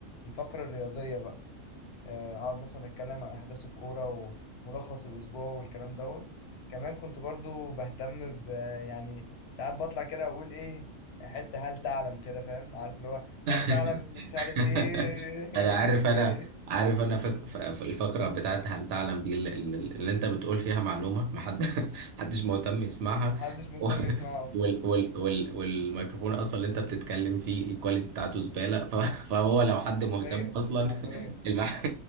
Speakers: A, on the left; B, on the right.
A: الفقره الرياضيه بقى. آه، اقعد مثلا اتكلم عن احداث الكوره وملخص الاسبوع والكلام دوت كمان كنت برضو بهتم ب يعني ساعات بطلع كده اقول ايه حته هل تعلم كده فاهم عارف اللي هو هل
B: <laughs>
A: تعلم ان مش عارف
B: <laughs>
A: ايه
B: انا عارف
A: <laughs> كده
B: انا
A: ايه
B: عارف انا فك... ف- ف- الفقره بتاعت هل تعلم دي اللي, اللي انت بتقول فيها معلومه ما حد <laughs> حدش مهتم يسمعها
A: محدش
B: <laughs>
A: مهتم
B: و-
A: يسمعه اصلا
B: وال... وال... وال... والميكروفون اصلا اللي انت بتتكلم فيه الكواليتي بتاعته زباله ف... فهو لو حد
A: حرفيا
B: مهتم اصلا
A: حرفيا
B: <laughs> المع...